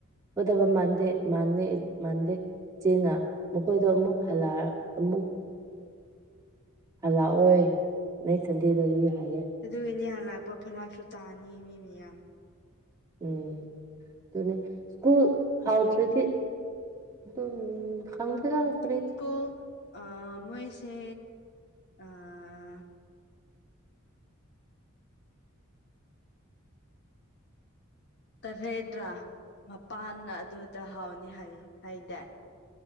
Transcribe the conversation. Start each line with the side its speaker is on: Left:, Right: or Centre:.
Right: ꯒꯗꯕ ꯃꯥꯟꯗꯦ ꯃꯥꯟꯅꯦ ꯃꯥꯥꯟꯗꯦ ꯆꯦꯅ ꯃꯈꯣꯏꯗꯣ ꯑꯃꯨꯛ ꯍꯥꯜꯂ ꯑꯃꯨꯛ ꯍꯜꯂꯥꯛꯑꯣꯏ ꯅꯛꯁ ꯁꯟꯗꯦꯗꯗꯤ ꯍꯥꯏꯌꯦ
Left: ꯑꯗꯨꯒꯤꯅꯦ ꯍꯜꯂꯥꯛꯄ ꯐꯔꯥꯛꯁꯨ ꯇꯥꯅꯤ ꯃꯤ ꯃꯌꯥꯝ
Right: ꯎꯝ ꯑꯗꯨꯅꯦ ꯁ꯭ꯀꯨꯜ ꯐꯥꯎꯗ꯭ꯔꯗꯤ ꯑꯗꯨꯅꯤꯅꯦ ꯈꯪꯗꯦꯗ
Left: ꯎꯝ
Right: ꯀꯔꯤ
Left: ꯁ꯭ꯀꯨꯜ ꯑꯥ ꯃꯣꯏꯁꯦ ꯑꯥ ꯇꯔꯦꯠꯇ꯭ꯔꯥ ꯃꯄꯥꯟ ꯑꯗꯨꯗ ꯍꯥꯎꯅꯤ ꯍꯥꯏ ꯍꯥꯏꯗꯥꯏ